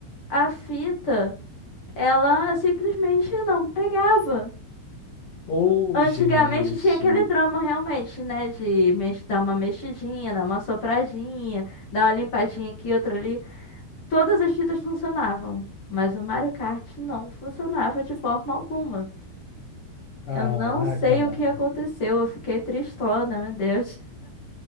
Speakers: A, on the left; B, on the left.
A: A fita, ela simplesmente não pegava.
B: Ô,
A: Antigamente
B: gente.
A: tinha aquele drama realmente, né? De mex- dar uma mexidinha, dar uma sopradinha, dar uma limpadinha aqui, outra ali. Todas as fitas funcionavam, mas o Mario Kart não funcionava de forma alguma.
B: Caraca,
A: Eu não sei
B: mano.
A: o que aconteceu, eu fiquei tristona, meu Deus.